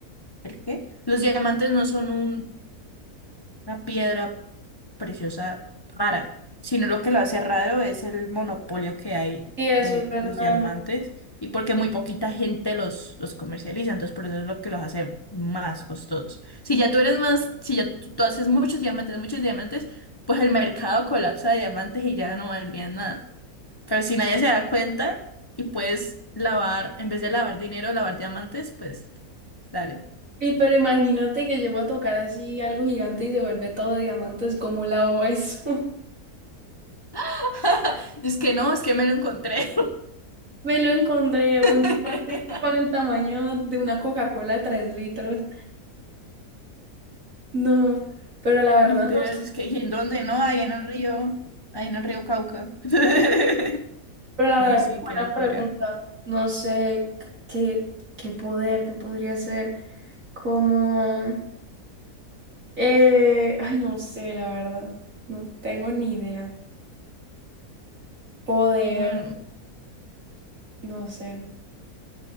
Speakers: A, on the left; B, on the right.
A: ¿el qué? Los diamantes no son un una piedra preciosa rara, sino lo que lo hace raro es el monopolio que hay
B: Y eso
A: de
B: es verdad,
A: los diamantes y porque muy poquita gente los, los comercializa, entonces por eso es lo que los hace más costosos. Si ya tú eres más, si ya tú, tú haces muchos diamantes, muchos diamantes, pues el mercado colapsa de diamantes y ya no valdría nada. Pero si nadie se da cuenta y puedes lavar, en vez de lavar dinero, lavar diamantes, pues dale.
B: Y pero imagínate que llego a tocar así algo gigante y se vuelve todo diamantes, como la hago eso? <laughs>
A: <laughs> Es que no, es que me lo encontré.
B: Me lo encontré un
A: <laughs>
B: diamante con el tamaño de una Coca-Cola de 3 litros. No, pero la verdad
A: Literal,
B: no sé,
A: es que, ¿y en dónde? No, ahí en el río, ahí en el río Cauca. <laughs>
B: pero la
A: No,
B: verdad,
A: sí,
B: buena
A: qué locura.
B: pregunta. No sé qué, qué poder, qué podría ser. Como, eh, ay, no sé, la verdad. No tengo ni idea. Poder,
A: Bueno,
B: no sé.